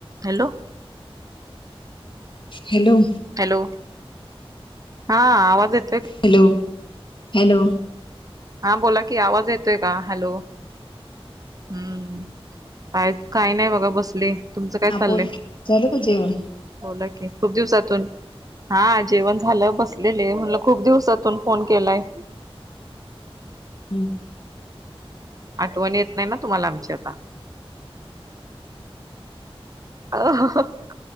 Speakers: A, on the right (about 35°); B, on the left (about 55°).
A: Hello,
B: hello
A: hello हा आवाज येत
B: हॅलो हॅलो
A: हा बोला की आवाज येत? येतोय का हॅलो हम्म काय काही नाही बघा बसले, तुमचं काय
B: हा
A: चाललंय
B: बोल झालं का जेवण
A: बोला की खूप दिवसातून हा जेवण झालं बसलेले म्हणटलं खूप दिवसातून फोन केलाय?
B: हम्म
A: आठवण येत नाही ना? तुम्हाला आमची आता अ <unintelligible>